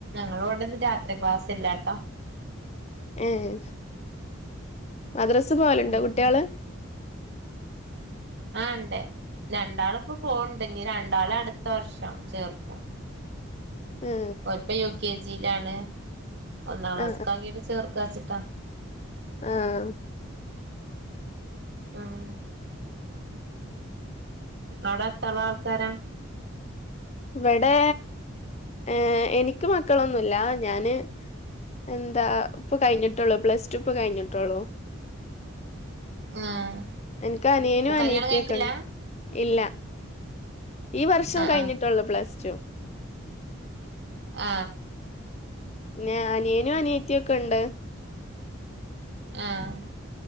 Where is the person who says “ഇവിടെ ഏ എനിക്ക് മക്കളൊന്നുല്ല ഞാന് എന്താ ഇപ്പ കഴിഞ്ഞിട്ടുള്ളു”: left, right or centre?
Left